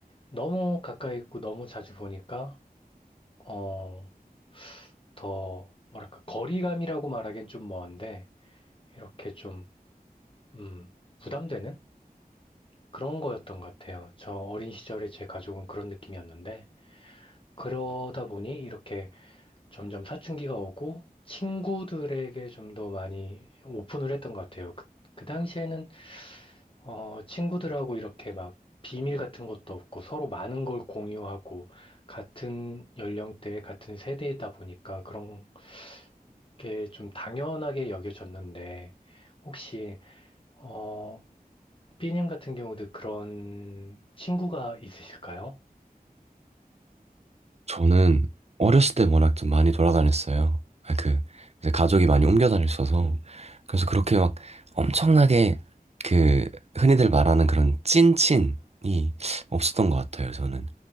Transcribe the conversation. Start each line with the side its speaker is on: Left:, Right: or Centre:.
Left: 너무 가까이 있고, 너무 자주 보니까, 어, 더, 뭐랄까, 거리감이라고 말하기엔 좀 먼데, 이렇게 좀, 음, 부담되는 그런 거였던 것 같아요. 저 어린 시절에 제 가족은 그런 느낌이었는데, 그러다 보니 이렇게 점점 사춘기가 오고, 친구들에게 좀 더 많이 오픈을 했던 것 같아요. 그, 그 당시에는, 어, 친구들하고 이렇게 막 비밀 같은 것도 없고, 서로 많은 걸 공유하고, 같은 연령대, 같은 세대이다 보니까 그런 그게 좀 당연하게 여겨졌는데, 혹시, 어, B님 같은 경우도 그런 친구가 있으실까요?
Right: 저는 어렸을 때 워낙 좀 많이 돌아다녔어요. 아, 그, 이제 가족이 많이 옮겨 다녔어서. 그래서 그렇게 막 엄청나게 그, 흔히들 말하는 그런 찐친이 없었던 것 같아요, 저는.